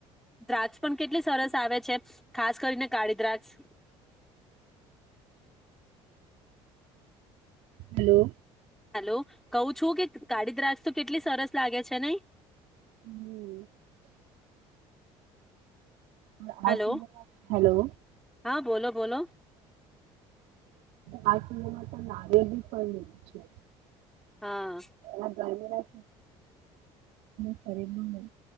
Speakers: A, in the centre; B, on the right.
A: દ્રાક્ષ પણ કેટલી સરસ આવે છે ખાસ કરીને કાળી દ્રાક્ષ
B: હેલો
A: હલો કહું છું કે કાળી દ્રાક્ષ કેટલી સરસ લાગે છે નહી
B: <inaudible> <unintelligible>
A: હલો
B: હલો
A: હા બોલો બોલો
B: આ <unintelligible> લેવું છે.
A: હા.
B: અને ગરમીના શરીરમાં